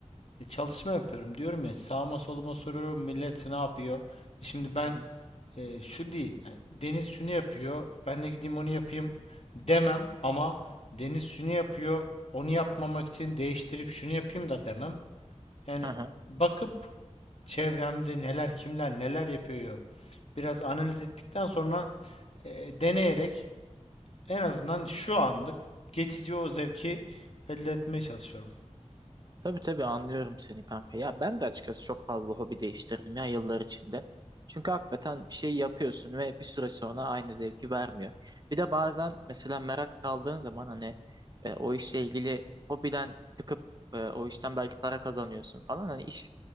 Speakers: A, on the left (about 60°); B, on the right (about 35°).
A: e, çalışma yapıyorum diyorum ya sağıma soluma soruyorum millet ne yapıyor? E, Şimdi ben
B: hı hı,
A: e, şu değil yani Deniz şunu yapıyor ben de gideyim onu yapayım demem ama Deniz şunu yapıyor onu yapmamak için değiştirip şunu yapayım da demem. Yani
B: hı hı.
A: bakıp çevremde neler kimler neler yapıyor biraz analiz ettikten sonra e, deneyerek en azından şu anlık geçici o zevki elde etmeye çalışıyorum.
B: Tabii tabii anlıyorum seni kanka. Ya ben de açıkçası çok fazla hobi değiştirdim ya yıllar içinde. Çünkü hakikaten bir şey yapıyorsun ve bir süre sonra aynı zevki vermiyor. Bir de bazen mesela merak kaldığın zaman hani e, o işle ilgili hobiden çıkıp e, o işten belki para kazanıyorsun falan. Hani iş